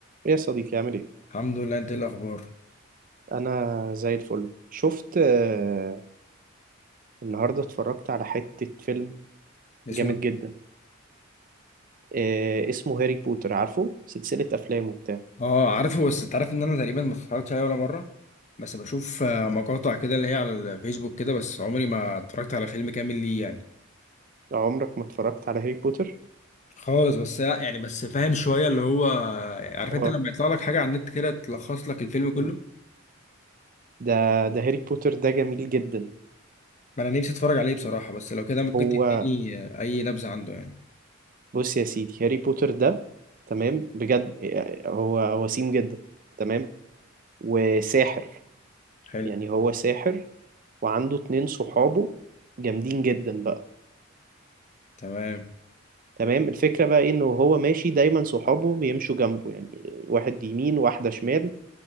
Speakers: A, on the right; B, on the left.
A: ايه يا صديقي عامل ايه
B: الحمد لله انت ايه الاخبار
A: انا زي الفل شفت آه، النهارده اتفرجت على حتة فيلم
B: اسمه
A: جامد جدا آه، اسمه هاري بوتر عارفه سلسلة افلام وبتاع
B: اه عارفه بس انت عارف ان انا تقريبا ما اتفرجتش عليه ولا مره بس بشوف آه، مقاطع كده اللي هي على الفيسبوك كده بس عمري ما اتفرجت على فيلم كامل ليه يعني
A: عمرك ما اتفرجت على هاري بوتر
B: خالص بس لا، يعني بس فاهم شويه اللي هو آه، عارف
A: اه
B: انت لما يطلع لك حاجه على النت كده تلخص لك الفيلم كله
A: مم. ده ده هاري بوتر ده جميل جدا
B: ما انا نفسي اتفرج عليه بصراحه بس لو كده ممكن
A: هو
B: تديني آه، اي نبذه عنده يعني
A: بص يا سيدي هاري بوتر ده تمام بجد آه، آه، هو وسيم جدا تمام وساحر
B: حلو
A: يعني هو ساحر وعنده اتنين صحابه جامدين جدا بقى
B: تمام
A: تمام الفكرة بقى إيه إنه هو ماشي دايما صحابه بيمشوا جنبه يعني واحد يمين واحدة شمال